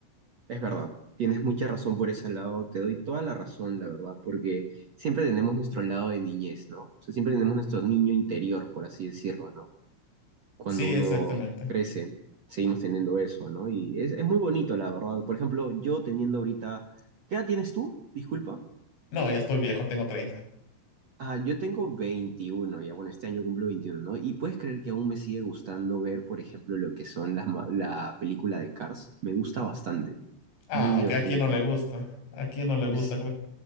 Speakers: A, on the right; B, on the left.
A: Es verdad. Tienes mucha razón por ese lado. Te doy toda la razón, la verdad, porque siempre tenemos nuestro lado de niñez, ¿no? O sea, siempre tenemos nuestro niño interior, por así decirlo, ¿no? Cuando
B: Sí,
A: uno
B: exactamente.
A: Sí. crece, seguimos teniendo eso, ¿no? Y es, es muy bonito, la verdad. Por ejemplo, yo teniendo ahorita... ¿Qué edad tienes tú? Disculpa.
B: No, ya estoy viejo, tengo 30.
A: Ah, yo tengo 21. ya bueno, este año cumplo veintiuno. ¿no? Y puedes creer que aún me sigue gustando ver, por ejemplo, lo que son las, ma- la película de Cars. Me gusta bastante,
B: Ah,
A: muy divertida.
B: ok, ¿a quién no le gusta? ¿A quién no le gusta?
A: Es,